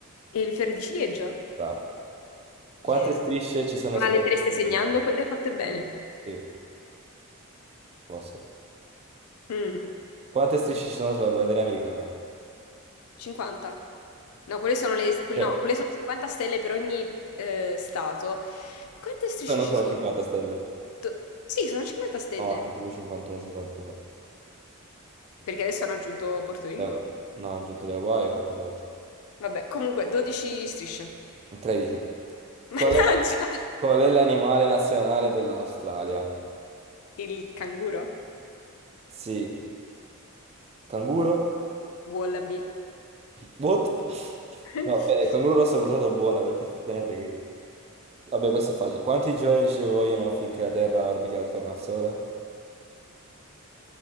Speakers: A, on the left (about 75°); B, on the right (about 30°).
A: Il fiore di ciliegio?
B: Brava. Quante
A: Yeah.
B: strisce ci sono
A: Ma
B: sulla
A: le
B: bandiera
A: te le stai segnando?
B: americana?
A: Quelle fatte bene.
B: Sì, forse.
A: Mm,
B: Quante strisce ci sono sulla bandiera americana?
A: 50. No, quelle sono le... que-
B: Cioè,
A: no, quelle sono 50 stelle per ogni eh, stato. E quante strisce
B: non
A: ci
B: sono
A: sono?
B: 50 stelle.
A: Do- Sì, sono 50 stelle.
B: No, sono tipo 51, 52.
A: Perché adesso hanno aggiunto Porto Rico.
B: Eh, No, ho aggiunto le Hawaii e qualcos'altro.
A: Vabbè, comunque, 12 strisce.
B: 13. Qual
A: Mannaggia!
B: è, qual è l'animale nazionale dell'Australia?
A: <laughs> Il canguro?
B: Sì, canguro?
A: Wallaby?
B: What? <laughs>
A: <laughs>
B: No, beh, il canguro rosso l'ho trovato buona perché effettivamente... che- Vabbè, questo è facile. Quanti giorni ci vogliono finché la Terra orbiti attorno al Sole?